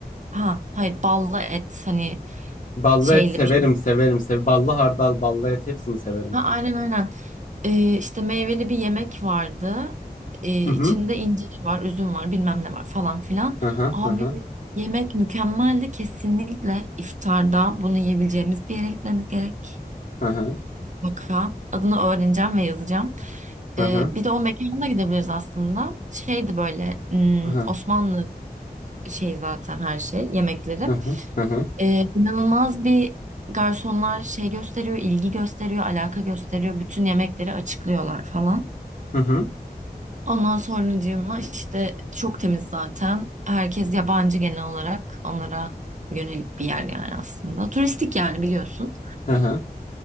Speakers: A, on the right; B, on the left.
A: Ha, hayır ballı et hani
B: Ballı
A: şeyli
B: et severim
A: bir
B: severim. sev ballı hardal, ballı et hepsini severim.
A: Ha, aynen aynen. Ee, işte meyveli bir yemek vardı. Ee, içinde
B: Hı hı.
A: incir var, üzüm var, bilmem ne var falan filan.
B: Hı hı
A: Abi
B: hı hı
A: yemek mükemmeldi. Kesinlikle iftarda bunu yiyebileceğimiz bir yere gitmemiz gerek.
B: hı hı
A: Mutlaka. Adını öğreneceğim ve yazacağım.
B: hı
A: Ee, bir de o mekana gidebiliriz aslında. Şeydi böyle hmm,
B: hı hı
A: Osmanlı şey zaten her şey yemekleri.
B: hı hı hı
A: Ee, inanılmaz bir garsonlar şey gösteriyor, ilgi gösteriyor, alaka gösteriyor. Bütün yemekleri açıklıyorlar falan.
B: hı hı
A: Ondan sonracığıma işte çok temiz zaten. Herkes yabancı genel olarak. Onlara yönelik bir yer yani aslında. Turistik yani biliyorsun.
B: hı hı.